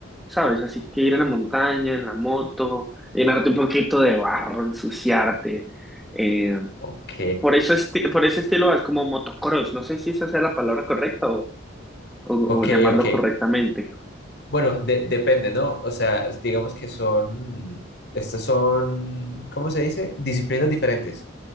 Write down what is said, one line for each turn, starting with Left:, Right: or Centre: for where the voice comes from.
Centre: ¿sabes? Así que ir en la montaña, en la moto, llenarte un poquito de barro, ensuciarte. Eh,
Left: Ok.
Centre: por eso esti- por ese estilo es como motocross. No sé si esa sea la palabra correcta o, o,
Left: Ok,
Centre: o llamarlo
Left: ok.
Centre: correctamente.
Left: Bueno, de- depende, ¿no? O sea, digamos que son, estas son, ¿cómo se dice? Disciplinas diferentes.